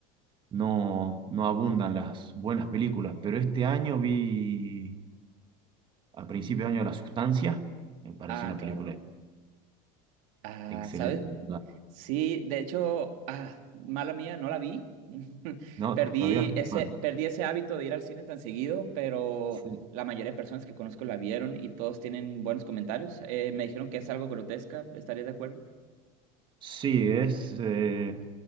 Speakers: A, on the right; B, on the right.
A: no, no abundan las buenas películas, pero este año vi a principio de año La Sustancia, me pareció
B: Ah,
A: una
B: claro.
A: película
B: Ah,
A: excelente,
B: ¿sabes? Sí, de hecho, ah, mala mía, no la vi. <laughs>
A: No,
B: Perdí
A: todavía.
B: ese,
A: Bueno,
B: perdí ese hábito de ir al cine tan seguido, pero
A: sí,
B: la mayoría de personas que conozco la vieron y todos tienen buenos comentarios. Eh, me dijeron que es algo grotesca, ¿estarías de acuerdo?
A: Sí, es, eh,